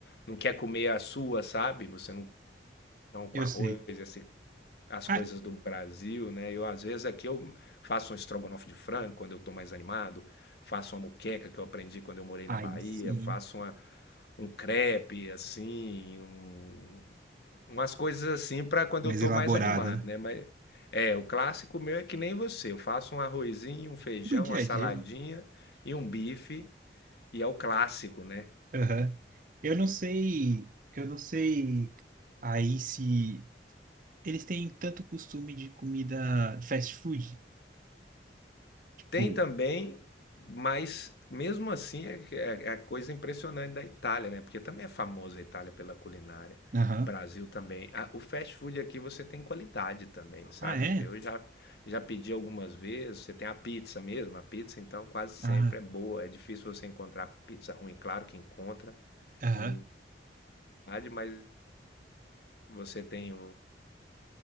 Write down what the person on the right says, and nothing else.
Eu
sei.
Ah,
aí
sim,
mais
elaborada,
né?
Do dia
a dia. né?
Aham. Eu não sei, eu não sei aí se Eles têm tanto costume de comida fast food, tipo,
aham.
Ah, é?
Ah,
aham,